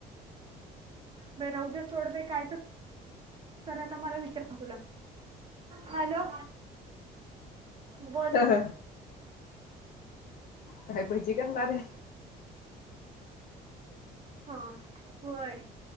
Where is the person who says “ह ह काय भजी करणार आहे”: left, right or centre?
Left